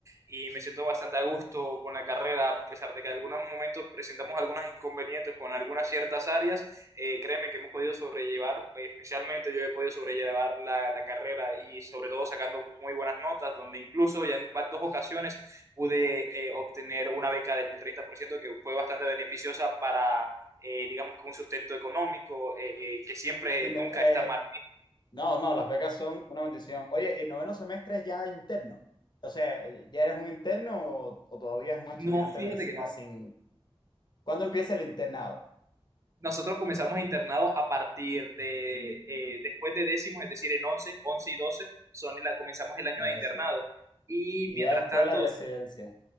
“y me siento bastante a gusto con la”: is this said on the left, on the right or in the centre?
Right